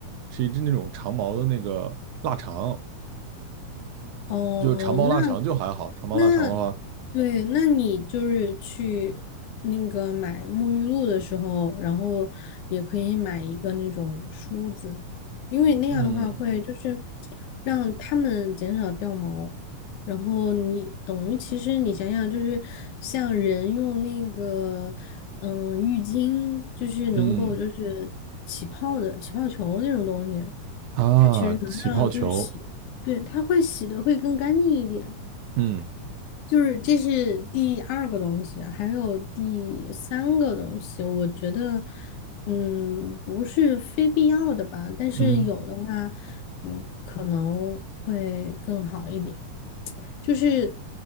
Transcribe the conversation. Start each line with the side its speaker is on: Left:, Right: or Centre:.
Right: 是一只那种长毛的那个腊肠，
Left: 哦，
Right: 就长毛腊肠就还好，
Left: 那
Right: 长毛腊肠的话，
Left: 那对，那你就是去那个买沐浴露的时候，然后也可以买一个那种梳子，因为那样的话会就是
Right: 嗯
Left: 让它们减少掉毛。然后你等于其实你想想，就是像人用那个嗯浴巾，就是能够就是起泡的起泡球那种东西。
Right: 嗯啊，
Left: 它其实能让就是洗，
Right: 起泡球，
Left: 对，它会洗的会更干净一点。
Right: 嗯
Left: 就是这是第二个东西啊还有第三个东西，我觉得，嗯，不是非必要的吧，但是有的话，
Right: 嗯
Left: 嗯，可能会更好一点。就是